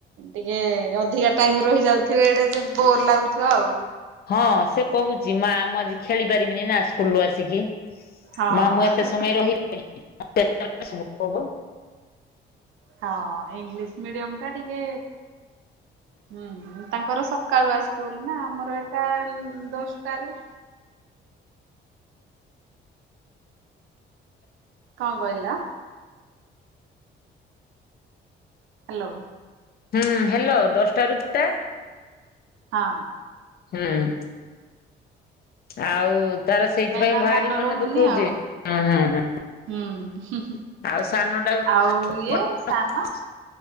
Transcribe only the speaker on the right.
ଟିକେ ଅଧିକା ଟାଇମ୍ ରହି ଯାଉଥିବେ ଏଇଟେ ଯେ ବୋର ଲାଗୁଥିବ ଆଉ।
ହଁ
ହଁ ଇଂଲିଶ ମିଡିୟମ ଟା ଟିକେ ହୁଁ ତାଙ୍କର ସକାଳୁଆ ସ୍କୁଲ ନା ଆମର ଏଇଟା ଦଶଟା ରେ କଁ କହିଲ? ହ୍ୟାଲୋ।
ହଁ।
ତା
ରହୁନି
ଆଉ।
ହୁଁ
ଆଉ
ଇଏ ସାନ